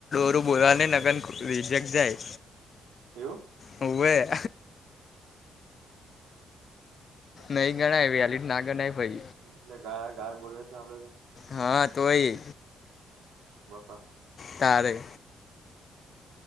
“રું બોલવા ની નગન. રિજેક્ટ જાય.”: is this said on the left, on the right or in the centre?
Left